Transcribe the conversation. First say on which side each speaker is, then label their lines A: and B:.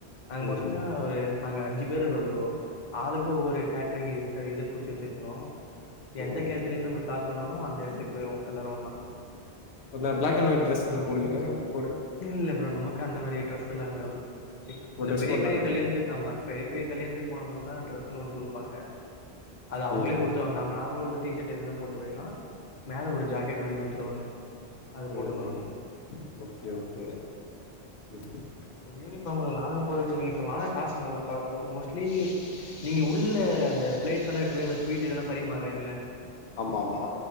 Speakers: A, on the left (about 45°); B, on the left (about 80°).
A: நாங்க
B: ஓஹோ
A: மோஸ்ட்லியோ நாங்க அஞ்சு பேர் இருக்கிறோம் ப்ரோ ஆளுக்கு ஒவ்வொரு கேட்ரிங் இ இது புடிச்சு வெச்சிருந்தோ எந்த
B: ம்
A: கேட்ரிங்லந்து நம்மளுக்கு கால் பண்ணாலு அந்த எடத்துக்கு போய்ருவோ எல்லாரு ஒன்னா
B: ஒர்னா பிளாக் அண்ட் ஒயிட் டிரஸ்தான போடுவீங்க கோடு
A: இல்ல ப்ரோ நமக்கு அந்த மாரி ட்ரெஸ் எல்லா இல்ல ப்ரோ
B: ஓ
A: இந்த
B: ட்ரெஸ்
A: பெரிய
B: கோட்லா
A: பெரிய
B: கெடையாதா
A: கல்யாணத்துக்கு ஆமா பெரிய பெரிய கல்யாணத்துக்கு போனா மட்டுந்தா டிரஸ்னு ஓன்னு குடுப்பாங்க அத அவுங்களே
B: ம்ஹும்
A: குடுத்துருவாங்க நம்ம நார்மலா உள்ள டீ ஷர்ட் எதுனா போட்டு போய்க்கலா மேல ஒரு ஜாக்கெட் மாரி குடுத்துருவாங்க அது போட்டுக்கணு
B: ம் ம்
A: நம்ம
B: ஓகே ஓகே ம்
A: யூனிஃபார்ம்ல நாங்க போடறதில்ல யூனிஃபார்ம் ஆனா காசு நல்லா பாக்கலாம் ப்ரோ மோஸ்ட்லி நீங்க உள்ள அந்த பிளேட்ஸ் எல்லா எடுத்து போய் அந்த ஸ்வீட் இதெல்லா பரிமாறீங்கள்ள
B: ஆமாமா